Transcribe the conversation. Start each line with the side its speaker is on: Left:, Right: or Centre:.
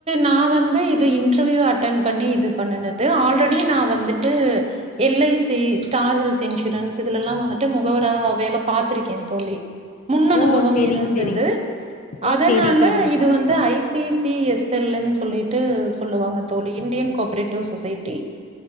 Right: நா வந்து இது இன்டர்வியூ அட்டன் பண்ணி இது பண்ணனது ஆல் ரெடி நா வந்துட்டு L I C star health insurance இதுல எல்லா வந்துட்டு முகவரா வேல பாத்திருக்கே தோழி முன் அனுபவ
Left: ஓ சேரிங்க
Right: இருந்துது
Left: சேரிங்க ஓ
Right: அதனால
Left: சேரி சேரிங்க
Right: இது
Left: சகோதரி
Right: வந்து I C C C S L ன்னு சொல்லிட்டு சொல்லுவாங்க தோழி இண்டியன் கோப்ரேட்டிவ் சொசைட்டி